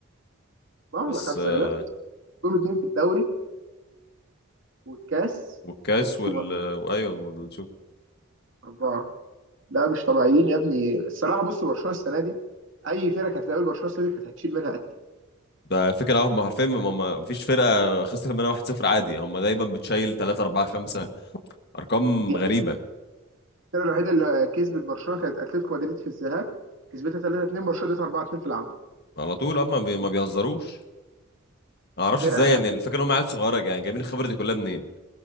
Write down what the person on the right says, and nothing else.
اه
لا خمسه
دول اتنين في الدوري والكاس
والسوبر
أربعة لا مش طبيعيين يا ابني الصراحة بص برشلونة السنة دي أي فرقة كانت هتقابل برشلونة السنة دي كانت هتشيل منها قتة
يعني
الفرقة الوحيدة اللي كسبت برشلونة كانت أتلتيكو مدريد في الذهاب كسبتها 3-2 برشلونة اديتها 4-2 في العودة
فرقة